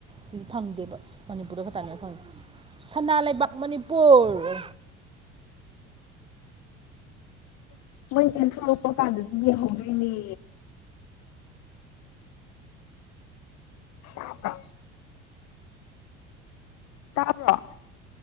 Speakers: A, on the right (about 15°); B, on the left (about 50°).
A: ꯁꯤ ꯐꯪꯗꯦꯕ ꯃꯅꯤꯄꯨꯔꯗ ꯈꯛꯇꯅꯦ ꯐꯪꯉꯤ ꯁꯅꯥ ꯂꯩꯕꯥꯛ ꯃꯅꯤꯄꯨꯔ
B: ꯃꯟꯆꯅ ꯊꯔꯄꯣ ꯀ ꯍꯧꯒꯅꯤ ꯑ ꯀ ꯇꯥꯕ꯭ꯔꯣ